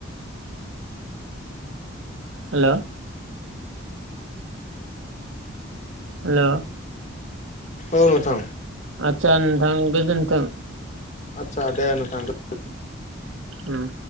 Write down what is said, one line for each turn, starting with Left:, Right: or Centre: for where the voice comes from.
Right: हेल' हेल'
Left: औ नोंथां
Right: आतसा नोंथां गोजोनथों
Left: आतसा दे नोंथां <unintelligible>
Right: उम